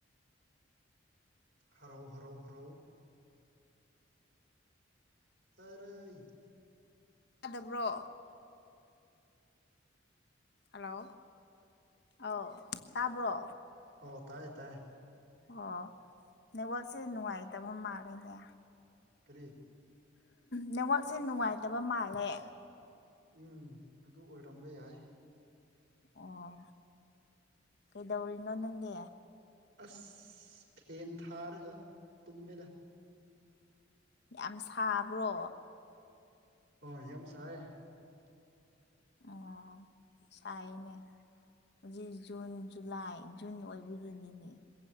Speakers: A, on the right; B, on the left.
A: ꯍꯔꯥꯎ ꯍꯔꯥꯎ ꯍꯔꯥꯎ ꯆꯂꯩ
B: ꯇꯗꯕ꯭ꯔꯣ ꯍꯜꯂꯣ ꯑꯥꯎ ꯇꯥꯕ꯭ꯔꯣ
A: ꯑꯣ ꯇꯥꯏ ꯇꯥꯏ
B: ꯑꯣ ꯅꯦꯠꯋꯥꯛꯁꯦ ꯅꯨꯡꯉꯥꯏꯇꯕ ꯃꯥꯜꯂꯦꯅꯦ
A: ꯀ꯭ꯔꯤ
B: ꯅꯦꯠꯋꯥꯛꯁꯦ ꯅꯨꯡꯉꯥꯏꯇꯕ ꯃꯥꯜꯂꯦ
A: ꯎꯝ ꯑꯗꯨ ꯑꯣꯏꯔꯝꯕ ꯌꯥꯏ
B: ꯑꯣ ꯀꯩꯗꯧꯔꯤꯅꯣ ꯅꯪꯗꯤ
A: ꯑꯁ ꯐꯦꯟ ꯊꯥꯔꯒ ꯇꯨꯝꯃꯦꯗ
B: ꯌꯥꯝ ꯁꯥꯕ꯭ꯔꯣ
A: ꯑꯣ ꯌꯥꯝ ꯁꯥꯏꯌꯦ <inaudible>
B: ꯑꯣ ꯁꯥꯏꯌꯦꯅꯦ ꯍꯧꯖꯤꯛ ꯖꯨꯟ ꯖꯨꯂꯥꯏ ꯖꯨꯟ ꯑꯣꯏꯕꯒꯤꯅꯤꯅꯦ